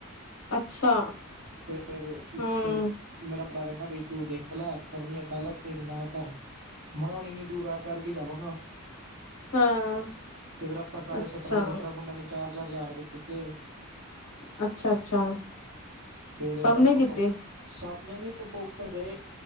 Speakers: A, on the left (about 80°); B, on the right (about 60°).
A: ਅੱਛਾ
B: ਫੇਰ,
A: ਹੂੰ
B: ਫੇਰ ਮੇਰਾ ਪਰਾ ਕੈਂਦਾ ਬਈ ਤੂੰ ਦੇਖ ਲੈ ਕਰਨੀ ਆ ਕਰਲੈ ਨਈ ਤੇ ਨਾ ਕਰ, ਮੈਂਹ ਇਨੀ ਦੂਰ ਆ ਕਰਕੇ ਜਾਵਾਂਗਾ,
A: ਹਾਂ
B: ਤੇ ਫੇਰ ਆਪਾ ਸਾਰੇ
A: ਅੱਛਾ।
B: ਸਤਰਾਂ ਦੇ ਸਤਰਾਂ ਮੁੰਡਿਆਂ ਨੇ ਚਾਰ-ਚਾਰ ਹਜਾਰ ਰਪੇ ਦਿੱਤੇ।
A: ਅੱਛਾ-ਅੱਛਾ।
B: ਫੇਰ
A: ਸਭ
B: ਆਪਾਂ
A: ਨੇ ਕੀਤੀ
B: ਸਪਨੇ ਨਈਂ ਉਪਰ ਗਏ।